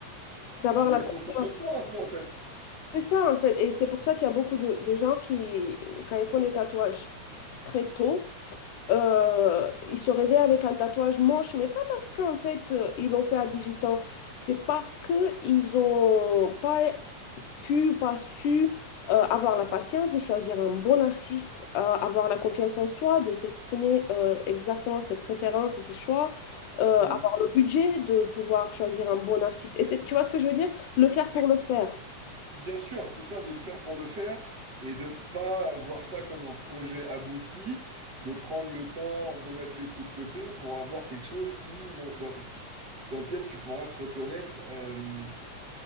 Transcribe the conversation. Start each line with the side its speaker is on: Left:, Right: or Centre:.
Left: D'avoir
Right: de
Left: la
Right: la
Left: confiance.
Right: confiance en soi, un peu, en fait.
Left: C'est ça, en fait. Et c'est pour ça qu'il y a beaucoup de, de gens qui, quand ils font des tatouages très tôt, euh, ils se réveillent avec un tatouage moche, mais pas parce qu'en fait, euh, ils l'ont fait à 18 ans. C'est parce qu'ils n'ont pas pu, pas su euh, avoir la patience de choisir un bon artiste, euh, avoir la confiance en soi, de s'exprimer euh, exactement ses préférences et ses choix, euh,
Right: Hmm.
Left: avoir le budget de pouvoir choisir un bon artiste. Et c'est- tu vois ce que je veux dire? Le faire pour le faire.
Right: Bien sûr, c'est ça, de le faire pour le faire et de pas voir ça comme un projet abouti, de prendre le temps de mettre les sous de côté pour avoir quelque chose qui, dans, dans- qui- dans lequel tu pourras te reconnaître euh,